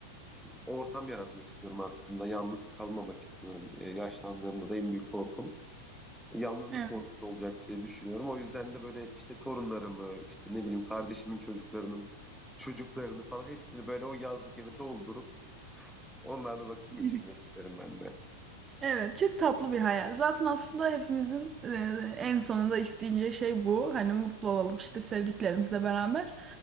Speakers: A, in the centre; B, on the right (about 25°).
A: ortam yaratmak istiyorum aslında. Yalnız kalmamak istiyorum. E, yaşlandığımda da en büyük korkum yalnızlık
B: <laughs>
A: korkusu olacak diye düşünüyorum. O yüzden de böyle işte torunlarımı, işte ne bileyim kardeşimin çocuklarının çocuklarını falan hepsini böyle o yazlık eve doldurup onlarla vakit geçirmek
B: Evet.
A: isterim ben de.
B: Evet, çok tatlı bir hayal. Zaten aslında hepimizin e, en sonunda isteyeceği şey bu. Hani mutlu olalım işte sevdiklerimizle beraber.